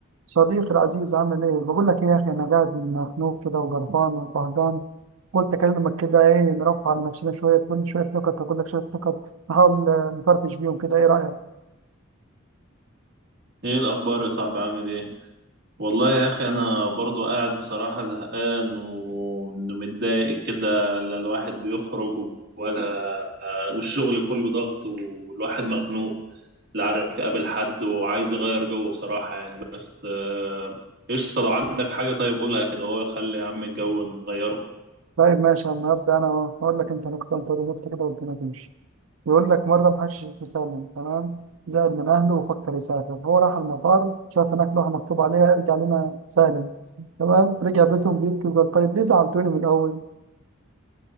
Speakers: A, on the right; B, on the right.
A: صديقي العزيز عامل ايه؟ بقول لك ايه يا اخي انا قاعد مخنوق كده وقرفان وطهجان قلت اكلمك كده ايه نرفع عن نفسنا شويه تقول لي شويه نكت اقول لك شويه نكت نحاول آه، نفرفش بيهم كده ايه رايك؟
B: ايه الاخبار يا صاحبي عامل ايه والله يا اخي انا برضو قاعد بصراحة زهقان ومتضايق كده لا الواحد بيخرج ولا والشغل كله ضغط والواحد مخنوق لا عارف يقابل حد وعايز يغير جو بصراحة يعني بس آه، قشطة لو عندك حاجة طيب قولها كده هو خلي يا عم الجو نغيره
A: طيب ماشي اما ابدا انا هقول لك انت نكته وانت تقول لي نكته كده والدنيا تمشي بيقول لك مره محشش اسمه سالم تمام زعل من اهله وفكر يسافر هو راح المطار شاف هناك لوحه مكتوب عليها ارجع لنا سالم تمام رجع بيتهم بيبكي وقال طيب ليه زعلتوني من الاول؟